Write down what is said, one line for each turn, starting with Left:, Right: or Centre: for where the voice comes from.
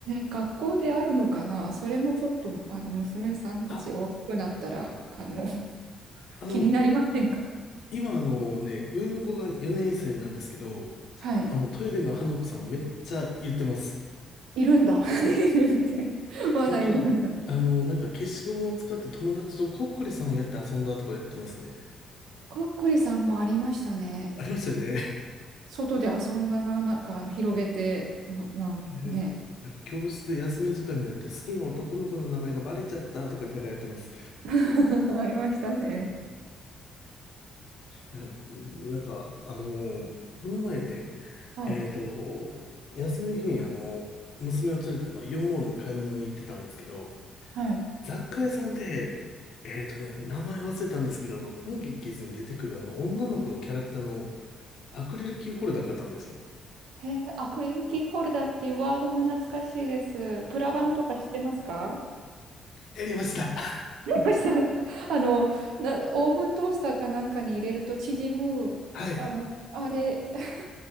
Right: 学校であるのかなそれもちょっと、あの、娘さんたち大きくなったら、
Left: あ、
Right: あの、<laughs>
Left: あの、
Right: 気になりませんか
Left: 今あのね、上の子が4年生なんですけど、
Right: はい。
Left: あの、トイレの花子さんめっちゃ言ってます。
Right: いるんだ。<laughs> いるんだまだいるんだ。
Left: とか、あの、なんか消しゴムを使って友達とこっくりさんをやって遊んだとか言ってますね。
Right: こっくりさんもありましたね。
Left: ありましたよね。
Right: 外で遊んだな、なんかあの広げて、な、なんね。
Left: で、なんか教室で休み時間になって好きな男の子の名前がバレちゃったとかなんかやってます。
Right: <laughs> ありましたね。
Left: いや、なんか、あのーこの前ね、
Right: はい。
Left: えっと、休みの日にあの、娘を連れてあの、イオンモールに買い物に行ってたんですけど、
Right: はい。
Left: 雑貨屋さんで、えっとね、名前忘れたんですけど、あの、ポンキッキーズに出てくるあの、女の子のキャラクターのアクリルキーホルダー買ったんですよ。
Right: へえ、アクリルキーホルダーっていうワードも懐かしいです。プラバンとか知ってますか
Left: やりました。<laughs>
Right: ありました。<laughs> あの、な、オーブントースターかなんかに入れると縮む、
Left: はい。
Right: あの、あれ、<laughs>